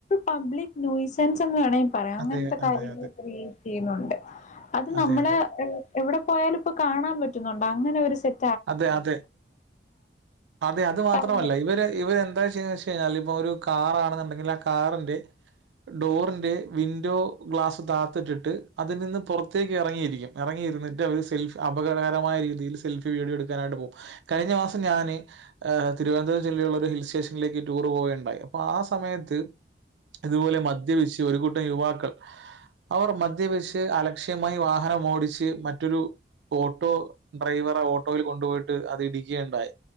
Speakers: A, on the left (about 40°); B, on the right (about 70°).
A: പബ്ലിക് നൂസൻസ് എന്ന് വേണമെങ്കി - പറയാം അങ്ങനത്തെ
B: അതെ,
A: കാര്യംല്ല
B: അതെ, അതെ.
A: ചെയ്യുന്നൊണ്ട് അത്
B: അതെ,
A: നമ്മള്
B: അതെ.
A: എവിടെ പോയാലും ഇപ്പോ കാണാം പറ്റുന്നോണ്ട് അങ്ങനെ ഒരു സി -
B: അതെ അതെ അതെ അത് മാത്രമല്ല
A: പറഞ്ഞോ
B: ഇവര് ഇവരെന്താ ചെയ്യന്ന് വെ ഴിൽ ഇപ്പ ഒരു കാറാണെന്നുണ്ടെങ്കില് ആ കാറിന്റെ ഡോറിന്റെ വിൻഡോ ഗ്ലാസ് താത്തിട്ടിട്ട് അതിൽ നിന്ന് പുറത്തേക്ക് ഇറങ്ങിയിരിക്കും ഇറങ്ങിയിരിട്ട് അവര് സെൽഫി അപകടകരമായ രീതിയില് സെൽഫി വീഡിയോ എടുക്കാനായിട്ട് പോകും കഴിഞ്ഞ മാസം ഞാൻ തിരുവനന്തപുരം ജില്ലേള്ളൊരു ഹിൽ സ്റ്റേഷനിലേക്ക് ടൂർ പോവുകണ്ടായി അപ്പൊ ആ സമയത്ത് ഇതുപോലെ മദ്യ വിശി ഒരു കുട്ട യുവാക്കൾ അവർ മദ്യപച്ച് അലക്ഷ്യമായി വാഹനം ഓടിച്ച് മറ്റൊരു ഓട്ടോ ഡ്രൈവർ ഓ ഓട്ടോയില് കൊണ്ടോയിട്ട് അത് ഇടിക്കുകണ്ടായി